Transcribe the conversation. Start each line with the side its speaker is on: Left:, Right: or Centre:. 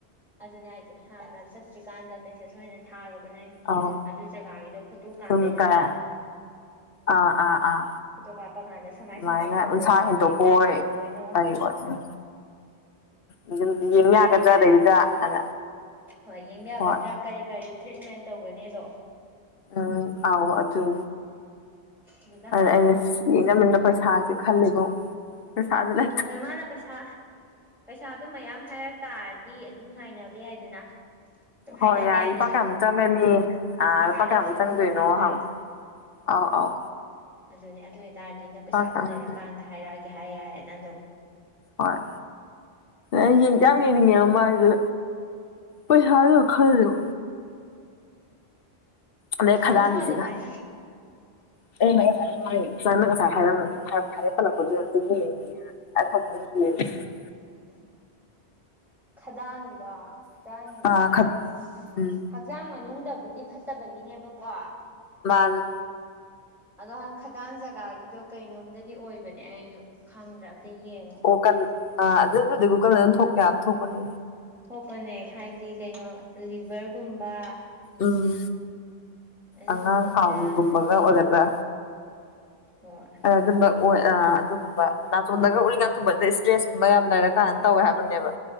Centre: ꯑꯗꯨꯅꯦ ꯍꯥꯏꯁꯦ ꯍꯥꯟꯅ ꯆꯠꯇ꯭ꯔꯤꯀꯥꯟꯗ ꯃꯦꯁꯦꯁ ꯑꯣꯏꯅ ꯊꯥꯔꯣꯕ ꯅꯪꯒꯤ
Left: ꯑꯧ
Centre: ꯑꯗꯨ ꯖꯒꯥꯒꯤꯗꯣ ꯐꯣꯇꯣ ꯀꯥꯞꯄꯦꯗꯅ
Left: ꯁꯨꯝ ꯀꯩ ꯑꯥ ꯑꯥ ꯑꯥ
Centre: ꯐꯣꯇꯣ ꯀꯥꯞꯄ ꯀꯥꯟꯗ ꯁꯨꯃꯥꯏ
Left: ꯑꯗꯨꯃꯥꯏꯅ
Centre: ꯁꯨꯃꯥꯏꯅ ꯇꯧꯋꯦ
Left: ꯎꯟꯁꯥ
Centre: ꯁꯤꯁꯦ
Left: ꯍꯦꯟꯇꯣꯛꯄ
Centre: ꯀꯔꯤ
Left: ꯑꯣꯏ
Centre: ꯑꯣꯏꯗꯣꯏꯅꯣ
Left: ꯀꯔꯤꯑꯣꯏ꯫ ꯎꯝ ꯑꯗꯨꯝ ꯌꯦꯡ
Centre: ꯀꯔꯤ
Left: ꯌꯥꯒꯗ꯭ꯔꯥꯗꯩꯗꯨꯗꯅ
Centre: ꯀꯔꯤ ꯍꯣꯏ ꯌꯦꯡꯕ ꯌꯥꯒꯗ꯭ꯔꯥ
Left: ꯍꯣꯏ
Centre: ꯀꯔꯤ ꯀꯔꯤ ꯇ꯭ꯔꯤꯠꯃꯦꯟ ꯇꯧꯒꯅꯤꯗꯣ
Left: ꯎꯝ ꯑꯥꯎ ꯑꯗꯨ
Centre: ꯑꯗꯨꯗ
Left: <unintelligible>
Centre: ꯍꯥꯟꯅ ꯍꯪ
Left: ꯄꯩꯁꯥꯁꯦ ꯈꯜꯂꯦꯕꯣ ꯄꯩꯁꯥꯖꯨ ꯂꯩ
Centre: ꯑꯗ ꯃꯥꯅ ꯄꯩꯁꯥ ꯄꯩꯁꯥꯗꯨ ꯃꯌꯥꯝ ꯍꯥꯏꯔꯛ ꯇꯥꯔꯗꯤ ꯑꯗꯨꯝ ꯉꯥꯏꯅꯕ ꯌꯥꯏꯗꯅ ꯑꯗꯨꯝ ꯍꯥꯏꯅꯕ
Left: ꯍꯣꯏ ꯌꯥꯏ
Centre: ꯌꯥꯏꯗꯅ
Left: ꯂꯨꯄꯥ ꯀꯌꯥꯝ ꯃꯨꯛ ꯆꯪꯅꯤ ꯑ
Centre: ꯍꯣꯏ
Left: ꯑꯜꯄꯥ
Centre: ꯍꯥꯟꯅ
Left: ꯀ
Centre: ꯈꯪꯗꯣꯛꯑꯀꯥꯟꯗ
Left: ꯆꯪꯗꯣꯏꯅꯣ ꯍꯪꯉꯣ꯫ ꯑꯥꯎ ꯑꯥꯎ
Centre: ꯑꯗꯨꯅꯦ ꯑꯗꯨ ꯑꯣꯏꯇꯥꯔꯗꯤ ꯍꯟꯗꯛ ꯄꯩꯁꯥꯗꯣ
Left: ꯀꯌꯥꯃꯨꯛ
Centre: ꯂꯩꯔꯀꯥꯟꯗ ꯍꯥꯏꯔꯛꯑꯒꯦ ꯍꯥꯏ ꯌꯥꯏꯔꯦꯗꯅ ꯑꯗꯨꯝ꯫
Left: ꯍꯣꯏ ꯑꯗ ꯌꯦꯡꯖꯨ ꯌꯥꯝ ꯌꯦꯡꯅꯤꯡꯉꯦꯕ ꯃꯥꯥꯏꯗꯨ ꯄꯩꯁꯥꯗꯨꯗ ꯈꯜꯂꯤꯔꯣ ꯑꯗꯩ ꯈꯗꯥꯡꯒꯤꯖꯤꯒ
Centre: ꯍꯪꯉꯣ ꯑꯗꯨꯃꯥꯏꯅ
Left: <unintelligible> <unintelligible>
Centre: ꯎꯝ ꯈꯗꯥꯡꯒꯤꯗꯣ ꯈꯗꯥꯡꯒꯤꯗꯣ
Left: ꯑ ꯈꯠ
Centre: ꯀꯩꯅꯣ
Left: ꯎꯝ
Centre: ꯍꯛꯆꯥꯡ ꯃꯅꯨꯡꯗꯕꯨꯗꯤ ꯐꯠꯇꯕꯒꯤꯅꯦꯕꯀꯣ
Left: ꯃꯥꯅꯦ
Centre: ꯑꯗꯣ ꯈꯗꯥꯡ ꯖꯒꯥꯒꯤꯗꯣ ꯀꯩꯅꯣꯝꯗꯗꯤ ꯑꯣꯏꯕꯅꯦ ꯑꯩꯖꯨ ꯈꯪꯗ꯭ꯔꯦ ꯑꯝꯇ ꯌꯦꯡꯉꯣ
Left: ꯑꯣꯀꯟ ꯑꯥ ꯑꯗꯨꯕꯨꯗꯤ ꯒꯨꯒꯜꯗ ꯑꯗꯨꯝ ꯊꯣꯛ ꯌꯥ ꯊꯣꯛꯄꯅꯦ
Centre: ꯊꯣꯛꯄꯅꯦ ꯍꯥꯏꯗꯤ ꯀꯩꯅꯣ ꯂꯤꯚꯔꯒꯨꯝꯕ
Left: ꯎꯝ
Centre: ꯑꯗꯨꯒꯨꯝꯕꯒꯤꯔ
Left: ꯑꯉꯥꯡ ꯈꯥꯎꯒꯤꯒꯨꯝꯕꯒ
Centre: ꯑꯗꯨ ꯌꯦꯡꯉꯣ
Left: ꯑꯣꯏꯒꯗ꯭ꯔꯥ
Centre: ꯍꯣꯏ
Left: ꯑꯗꯨꯝꯕ ꯑꯣꯏ ꯑ ꯑꯗꯨꯒꯨꯝꯕ ꯅꯥꯇꯣꯟꯗꯒ ꯎꯔꯤꯡ ꯌꯥꯝ ꯊꯨꯡꯕꯁꯦ ꯏꯁꯇ꯭ꯔꯦꯁꯀꯨꯝꯕ ꯌꯥꯝ ꯂꯩꯔ ꯀꯥꯟ ꯇꯧꯋꯦ ꯍꯥꯏꯕꯅꯦꯕ